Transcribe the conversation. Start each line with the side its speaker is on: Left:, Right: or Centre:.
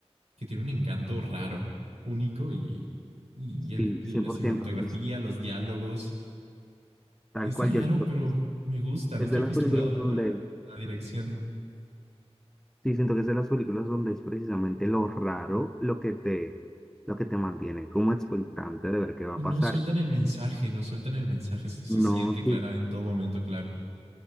Right: que tienen un encanto raro, único, y, y el-
Centre: sí,
Right: la
Centre: 100%.
Right: cinematografía,
Centre: Es
Right: los diálogos.
Centre: tal
Right: Es
Centre: cual
Right: raro,
Centre: yo siento
Right: pero
Centre: que es.
Right: me gusta, no
Centre: Es
Right: estoy
Centre: de las
Right: acostumbrado
Centre: películas
Right: a
Centre: donde
Right: la, a la dirección.
Centre: Sí, siento que es de las películas donde es precisamente lo raro lo que te, lo que te mantiene como expectante de ver qué va
Right: Y
Centre: a
Right: no
Centre: pasar.
Right: sueltan el mensaje, no sueltan el mensaje, se, se siente
Centre: No,
Right: clara
Centre: te-
Right: en todo momento, claro.